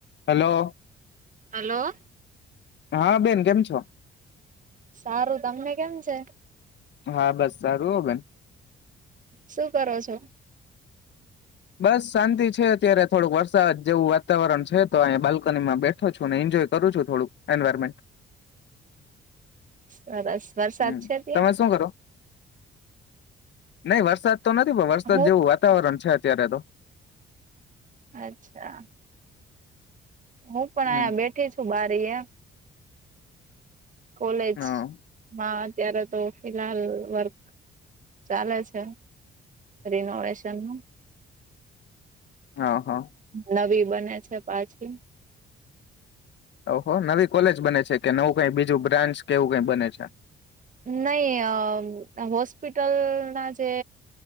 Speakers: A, on the left (about 65°); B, on the right (about 40°).
A: Hello.
B: Hello.
A: હા, બેન કેમ છો?
B: સારું, તમને કેમ છે?
A: હા બસ, સારું હો બને.
B: શું કરો છો?
A: બસ શાંતિ છે, અત્યારે થોડુંક વરસાદ જેવું વાતાવરણ છે, તો અહીંયા બાલ્કનીમાં બેઠો. છો ને, એન્જોય કરું છું, થોડું એન્વાયરમેન્ટ.
B: સરસ. વરસાદ
A: હમ,
B: છે ત્યાં?
A: તમે શું કરો? નહી વરસાદ. તો નથી, પણ વરસાદ
B: હું
A: જેવું વાતાવરણ છે, અત્યારે તો.
B: અચ્છા. હું પણ
A: હમ
B: અહીયા બેઠી છું, બારી એ. કોલેજ
A: હા
B: માં અત્યારે તો ફિહાલ વર્ક ચાલે છે, રિનોવેશન નું.
A: હ હા
B: નવી બને છે, પાછી.
A: ઓહો નવી કોલેજ બને છે, કે નવું કઈ બીજું બ્રાન્ચ કે એવું કઈ બને છે?
B: નહી હોસ્પિટલ ના જે